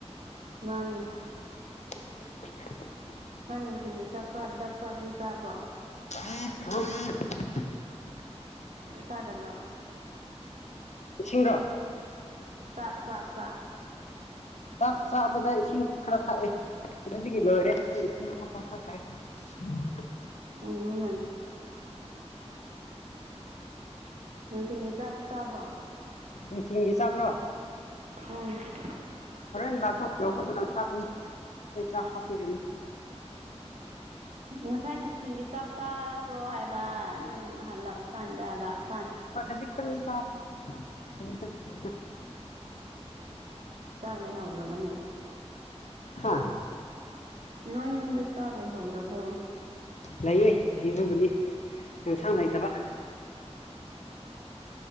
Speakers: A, on the right (about 80°); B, on the left (about 80°).
A: ꯃꯟꯅꯤ
B: <unintelligible>
A: ꯅꯪ ꯅꯨꯡꯊꯤꯒꯤ ꯆꯠꯄ꯭ꯔꯥ ꯗꯛꯄꯗꯨ ꯆꯥꯕ꯭ꯔꯣ
B: <unintelligible>
A: ꯆꯥꯗꯕ꯭ꯔꯣ
B: ꯏꯁꯤꯡꯔꯣ
A: ꯆꯥꯛ ꯆꯥꯛ ꯆꯥꯛ
B: ꯆꯥꯛ ꯆꯥꯕꯗ ꯏꯁꯤꯡ ꯈꯔ ꯊꯥꯛꯑꯦ ꯑꯗꯨꯗꯒꯤ ꯂꯣꯏꯔꯦ ꯑꯩ ꯏꯁꯤꯡ ꯑꯃꯇ ꯊꯛꯇ꯭ꯔꯦ <unintelligible>
A: ꯎꯝ ꯅꯨꯡꯊꯤꯒꯤ ꯆꯥꯛ ꯆꯥꯕ꯭ꯔꯣ
B: ꯅꯨꯡꯊꯤꯟꯒꯤ ꯆꯥꯛꯔ‌ꯣ
A: ꯎꯝ
B: ꯍꯣꯔꯦꯟ ꯂꯥꯛ <unintelligible> ꯇꯥꯛꯅꯤ ꯑꯩ ꯆꯥꯛ ꯍꯥꯞꯄꯤꯔꯥꯅꯨ
A: ꯉꯥꯁꯥꯏ ꯅꯨꯡꯊꯤꯟꯒꯤ ꯆꯥꯛ ꯆꯥꯔꯛꯄ꯭ꯔꯣ ꯍꯥꯏꯕ ꯅꯪ ꯍꯜꯂꯛꯄ ꯀꯥꯟꯗ ꯂꯥꯛ
B: ꯑꯥ ꯈꯥꯖꯤꯛꯇꯪꯗꯤ ꯆꯥꯢ ꯈꯤꯖꯤꯛꯇꯪ ꯈꯤꯖꯤꯛꯇꯪ
A: ꯆꯥꯛ ꯂꯩꯍꯧꯗ꯭ꯔꯕꯅꯦ
B: ꯍꯥꯥ
A: ꯅꯣꯏ ꯌꯨꯝꯗ ꯆꯥꯛ ꯂꯩꯍꯧꯗ꯭ꯔꯥꯕꯣ
B: ꯂꯩꯌꯦ ꯂꯩꯕꯕꯨꯗꯤ ꯑꯦꯟꯁꯥꯡ ꯂꯩꯇꯥꯕ